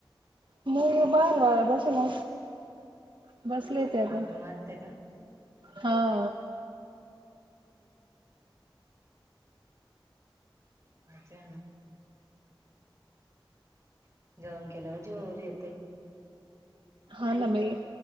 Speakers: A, on the right; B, on the right.
A: मग बार वार बसेल असतो. बसले ते
B: गप्पा
A: पण
B: मारते का
A: हा.
B: मजा ना. जवण केल्यावर जीवावर येतय.
A: हा न बाई.